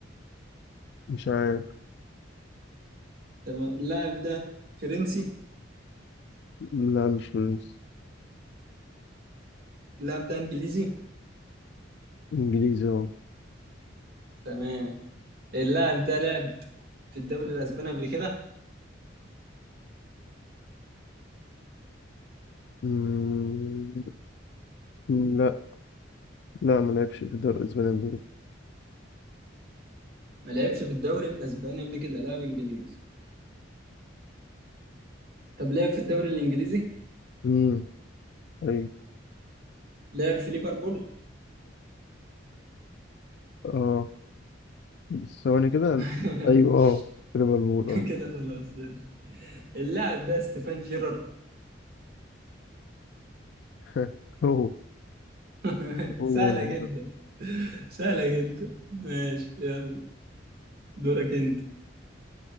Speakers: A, on the left; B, on the right.
A: مش عارف
B: تمام اللاعب ده فرنسي
A: لا مش فرنسي
B: اللاعب ده انجليزي
A: إنجليزي أهو
B: تمام اللاعب ده لعب في الدوري الاسباني قبل كده
A: مم، لا لا ما لعبش في دار أسبانيا قبل كده.
B: ما لعبش في الدوري الاسباني قبل كده لاعب انجليزي طب لعب في الدوري الانجليزي
A: مم، أيوة
B: لعب في ليفربول
A: أه بس ثواني كده
B: <laughs>
A: أيوة أه كده بقول أه
B: كده خلاص ماشي. اللاعب ده ستيفان جيرارد
A: <laughs> هو
B: <laughs>
A: هو
B: سهلة
A: ده.
B: جدا سهلة جدا ماشي يلا دورك انت